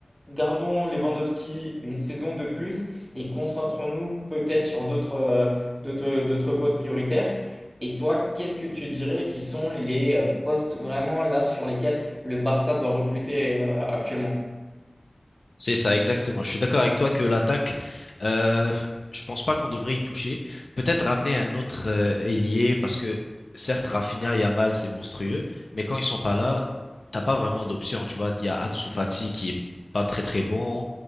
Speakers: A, in the centre; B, on the left.
A: gardons Lewandowski une saison de plus et concentrons-nous peut-être sur d'autres euh, d'autres, d'autres postes prioritaires? Et toi, qu'est-ce que tu dirais qui sont les euh, postes vraiment là sur lesquels le Barça doit recruter euh, actuellement?
B: C'est ça, exactement. Je suis d'accord avec toi que l'attaque, euh, je pense pas qu'on devrait y toucher. Peut-être ramener un autre euh, ailier parce que certes Rafinha et Yamal c'est monstrueux, mais quand ils sont pas là, t'as pas vraiment d'option. Tu vois, il y a Ansu Fati qui est pas très très bon,